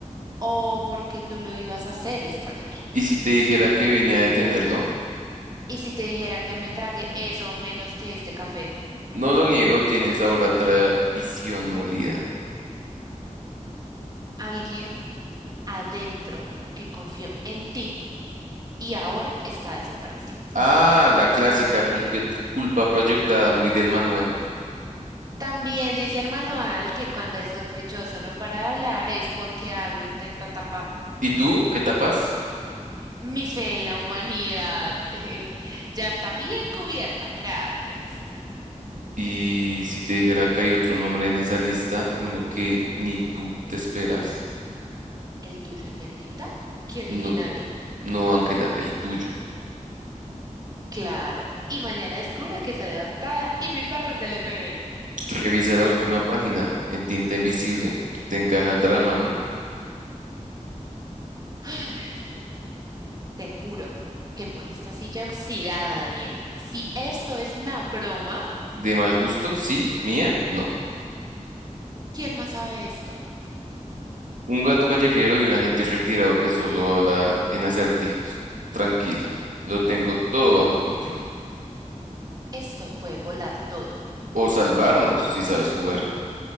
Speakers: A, on the right; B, on the right.
A: o porque tú lo ibas a hacer estallar.
B: ¿Y si te dijera que vine a detenerlo?
A: Y si te dijera que me tragué eso o menos que este café,
B: No lo niego, tienes ahora traición molida.
A: alguien adentro que confió en ti y ahora está desaparecido.
B: Ah, la clásica culpe- culpa proyectada muy del manual.
A: También dice el manual que cuando el sospechoso no para de hablar es porque algo intenta tapar.
B: ¿Y tú? ¿Qué tapas?
A: Mi fe en la humanidad <laughs> ya está bien cubierta, gracias.
B: Y si te dijera que hay otro nombre en esa lista, uno que ni tú te esperas,
A: ¿El tuyo en negrita? ¡Qué original!
B: no, no, Ángela, el tuyo.
A: Claro. Y mañana descubro que soy adoptada y mi perro es del FBI.
B: Revisa la última página en tinta invisible. Te encaja el drama, ¿no?
A: <gasps> Te juro que por esta silla oxidada, Daniel, si esto es una broma,
B: De mal gusto, sí, mía, no.
A: ¿quién más sabe esto?
B: Un gato callejero y un agente retirado que solo habla en acertijos. Tranquila, lo tengo todo bajo control.
A: Esto puede volar todo.
B: O salvarnos, si sabes jugar.